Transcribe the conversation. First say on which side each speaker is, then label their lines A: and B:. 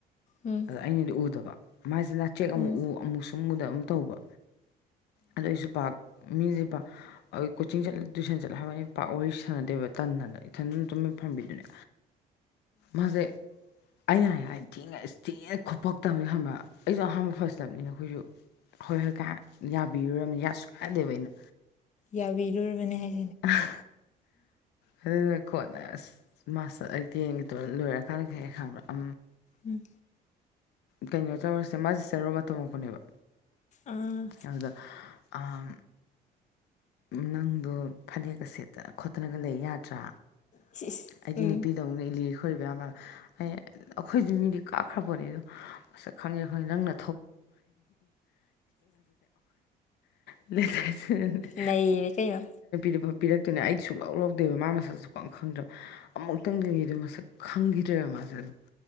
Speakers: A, on the left; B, on the left.
A: ꯎꯝ
B: ꯑꯗ ꯑꯩꯅꯗꯤ ꯎꯗꯕ ꯃꯥꯏꯖꯤ ꯅꯥꯆꯦꯛ ꯑꯃꯨꯛ
A: ꯎꯝ
B: ꯎ ꯑꯃꯨꯛ ꯁꯨꯝ ꯎꯗꯕ ꯑꯝ ꯇꯧꯕ ꯑꯗ ꯑꯩꯖꯨ ꯃꯤꯖꯦ ꯄ ꯑꯥ ꯀꯣꯆꯤꯡ ꯆꯠꯂꯦ ꯇꯨꯏꯁꯟ ꯆꯠꯂꯦ ꯍꯥꯏꯕꯅꯤ ꯄꯥꯛ ꯋꯥꯔꯤ ꯁꯥꯟꯅꯗꯦꯕ ꯇꯟꯗꯅ ꯏꯊꯟ ꯗꯨꯝ ꯇꯨꯃꯤꯟ ꯐꯝꯕꯤꯗꯨꯅꯦ ꯃꯥꯖꯦ ꯑꯩꯅ ꯍꯥꯏ ꯍꯥꯏ ꯊꯤꯅ ꯑꯁ ꯊꯤꯅ ꯈꯨꯨꯞꯄꯛꯇꯑꯝꯅꯤ ꯈꯕ꯭ꯔꯥ ꯑꯩꯖꯨ ꯑꯍꯥꯟꯕ ꯐꯔꯁ ꯂꯕꯅꯤꯅ ꯈꯣꯏꯖꯨ ꯍꯣꯏ ꯍꯣꯏ ꯀ ꯌꯥꯕꯤꯔꯨꯔꯅꯨ ꯌꯥꯁꯨ ꯀꯥꯗꯦꯕ ꯑꯩꯅ
A: ꯌꯥꯕꯤꯔꯨꯔꯕꯅꯦ ꯍꯥꯏ
B: ꯑꯍꯥ ꯍꯥ ꯑꯗꯨ ꯈꯣꯠꯅ ꯃꯥꯁꯨ ꯑꯩ ꯇꯦꯟꯒꯦ ꯇꯨꯋꯦꯞ ꯂꯣꯏꯔꯀꯥꯟꯗ ꯀꯩ ꯍꯥꯏꯔꯛꯏ ꯈꯪꯕ꯭ꯔꯥ ꯑ
A: ꯎꯝ
B: ꯀꯩꯅꯣ ꯇꯧꯔꯁꯦ ꯃꯥꯁꯦ ꯁꯦꯟ ꯔꯣꯕꯥꯔꯠ ꯇꯝꯃꯛꯄꯅꯦꯕ
A: ꯑꯥ
B: ꯑꯗꯥ ꯑꯥ ꯅꯪꯗꯣ ꯐꯅꯦꯛꯀ ꯁꯦꯠꯇ ꯈꯣꯠꯇꯅ ꯂꯩ ꯌꯥꯗ꯭ꯔꯥ
A: ꯏꯁ ꯏꯁ
B: ꯑꯩꯗꯤ
A: ꯎꯝ
B: ꯅꯨꯄꯤꯗꯧꯅ ꯂꯤꯔꯤ ꯈꯣꯏ ꯑꯩ ꯑꯈꯣꯏꯗꯤ ꯃꯤꯗꯤ ꯀꯥꯞꯈ꯭ꯔꯕꯣꯅꯤ ꯑꯗꯣ ꯃꯁꯛ ꯈꯪꯉꯦ ꯈꯪꯉꯦ ꯅꯪ ꯅ <unintelligible>
A: ꯅꯩꯔꯦ ꯀꯩꯅꯣ
B: ꯁꯤꯐ ꯄꯤꯔꯛꯇꯣꯏꯅꯦ ꯑꯩꯗꯤ ꯁꯨ ꯂꯧ ꯂꯧꯗꯦꯕ ꯃꯥ ꯃꯁꯛꯁꯨ ꯁꯨꯈꯪ ꯈꯪꯗ꯭ꯔꯕ ꯑꯃꯨꯛꯇꯪꯗꯅꯤ ꯑꯗꯨ ꯃꯁꯛ ꯈꯪꯈꯤꯗ꯭ꯔꯦꯕ ꯃꯥꯁꯦ ꯑꯗꯨꯝ